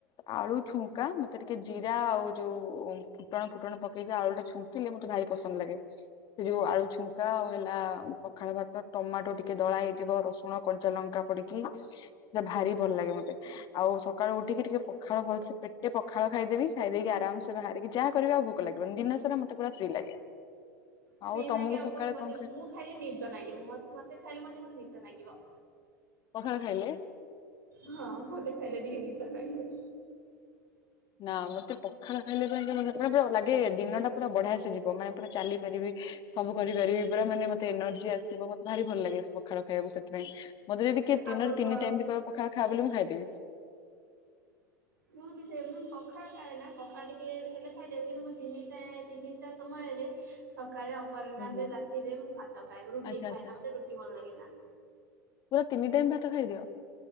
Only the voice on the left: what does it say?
ଆଳୁ ଛୁଙ୍କା ମତେ ଟିକେ ଜିରା ଆଉ ଯୋଉ ଫୁଟଣ ଫୁଟଣ ପକେଇକି ଆଳୁଟା ଛୁଙ୍କିଲେ ମତେ ବି ପସନ୍ଦ ଲାଗେ ସେ ଯଉ ଆଳୁ ଛୁଙ୍କ ଙ୍କା ଆଉ ହେଲା ପଖାଳ ଭାତ ଟମାଟୋ ଟିକେ ଦଳା ହେଇଯିବ ରସୁଣ କଞ୍ଚା ଲଙ୍କା ପଡ଼ିକି। ସେ ଭାରି ଭଲ ଲାଗେ ମତେ। ଆଉ ସକାଳୁ ଉଠିକି ଟିକେ ପଖାଳ ଭଲସେ ପେଟେ ପଖାଳ ଖାଇଦେବି ଖାଇଦେଇକି ଆରାମସେ ବାହାରିକି ଯହା କରିବା ଆ ଭୋକ ଲାଗିବନି ଦିନ ସାରା ମୋତେ ପୁରା ଫ୍ରି ଲାଗେ।
ଆଉ ତମକୁ
ସକାଳେ
କଣ
ପଖାଳ ଖାଇଲେ।
ନା ମତେ ପଖାଳ ଖାଇଲେ ପାଇଁ ଲାଗେ ଦିନ ଟା ପୁରା ବଢିଆ ସେ ଯିବ ମାନେ ପୁରା ଚାଲିପାରିବି ସବୁ କରିପାରିବି ପୁରା ମାନେ ମତେ ଏନର୍ଜି ଆସିବ ମତେ ଭାରି ଭଲ ଲାଗେ ପଖାଳ ଖାଇବାକୁ ସେଥିପାଇଁ। ମତେ ଯଦି କିଏ
ଦିନରେ ତିନି
ଟାଇମ୍ ବି କହିବ ପଖାଳ ଖା ବୋଲି ମୁଁ ଖାଇଦେବି।
ହୁଁ ହୁଁ।
ଆଚ୍ଛା
ଆଚ୍ଛା
ପୁରା ତିନି ଟାଇମ୍ ଭାତ ଖାଇଦିଅ।